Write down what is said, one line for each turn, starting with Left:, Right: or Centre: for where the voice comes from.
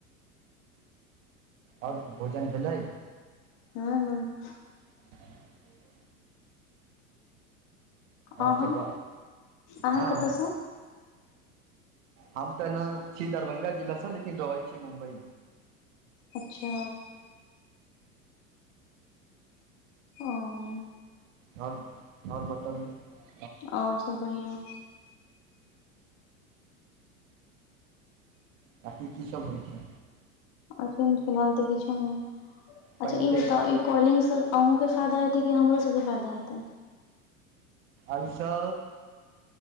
Right: आओर भोजन भेलै
Left: हँ हँ
Right: हूंम्म <inaudible> ओसप
Left: अहाँ अहाँ
Right: हँ
Left: कतयसँ
Right: हम तऽ एना छी दरभंगा जिला से लेकिन रहै छी मुम्बई
Left: अच्छा ओ
Right: आओर आओर बतबियौ
Left: आओर सब बढ़ियाँ
Right: ताकि की सभ होइ छै
Left: अखन फिलहाल तऽ किछु नहि
Right: पानि
Left: अच्छा ई
Right: तानि
Left: बता कॉलिंग सब अहुँके फायदा हेतै कि हमरो सबके फायदा हेतै
Right: आइसँ